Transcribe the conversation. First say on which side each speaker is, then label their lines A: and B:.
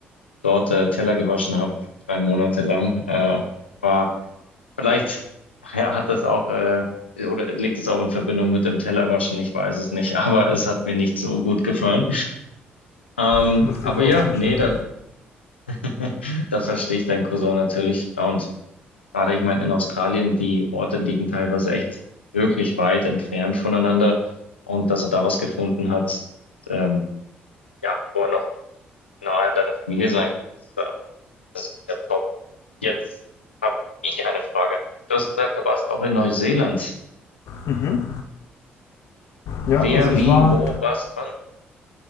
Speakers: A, on the left (about 85°); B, on the left (about 60°).
A: dort äh, Teller gewaschen habe, drei Monate lang. Äh, war Vielleicht hat das auch, äh, oder liegt es auch in Verbindung mit dem Tellerwaschen, ich weiß es nicht, <laughs> aber es hat mir nicht so gut gefallen. Ähm,
B: ich muss dir
A: aber
B: voll
A: ja,
B: zustimmen.
A: nee, da, <laughs> da verstehe ich deinen Cousin natürlich. Und gerade, ich meine, in Australien, die Orte liegen teilweise echt wirklich weit entfernt voneinander. Und dass er da was gefunden hat, ähm, ja, wo er noch nahe an deiner Familie sein kann, das, äh, das ist ja top. Jetzt habe ich eine Frage an dich. Du hast gesagt, du warst auch in Neuseeland.
B: Mhm.
A: Wer,
B: Ja, also ich
A: wie,
B: war.
A: wo, was, wann.